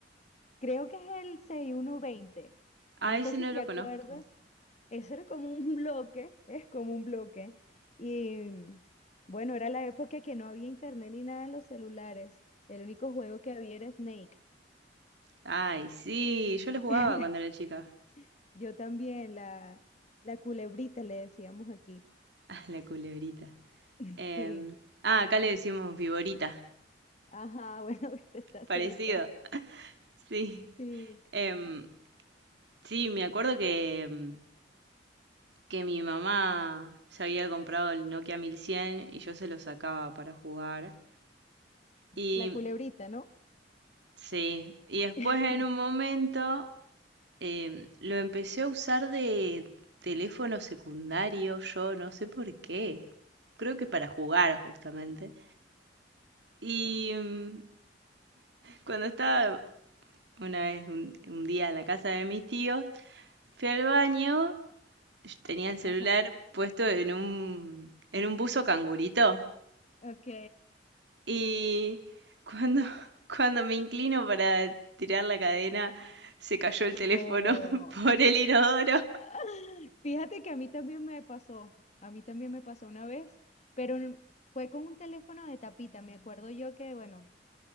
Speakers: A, on the left; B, on the right.
A: Creo que es el 6120.
B: Ay,
A: No sé
B: ese
A: si
B: no
A: te
B: lo
A: acuerdas.
B: conozco.
A: Eso era como un bloque, es como un bloque. Y mm, bueno, era la época que no había internet ni nada en los celulares. El único juego que había era Snake.
B: Ay, sí, yo lo jugaba
A: <laughs>
B: cuando era chica. <laughs>
A: Yo también, la, la culebrita le decíamos aquí.
B: Ah, la culebrita.
A: <laughs>
B: Em,
A: Sí.
B: ah, acá le decimos viborita.
A: Ajá, bueno, <laughs> viste, está
B: Parecido.
A: cerca.
B: <laughs> Sí.
A: Sí,
B: Em, sí, me acuerdo que, em, que mi mamá se había comprado el Nokia 1100 y yo se lo sacaba para jugar. Y
A: la culebrita, ¿no?
B: sí, y después
A: <laughs>
B: en un momento Em, lo empecé a usar de teléfono secundario, yo no sé por qué. Creo que para jugar justamente. Y mm, cuando estaba una vez, un, un día en la casa de mis tíos, fui al baño, yo tenía el celular
A: Ajá.
B: puesto en un, en un buzo cangurito.
A: Ok.
B: Y cuando, <laughs> cuando me inclino para tirar la cadena, se cayó el teléfono
A: No.
B: <laughs> por el inodoro.
A: <laughs> Fíjate que a mí también me pasó, a mí también me pasó una vez, pero n- fue con un teléfono de tapita. Me acuerdo yo que, bueno,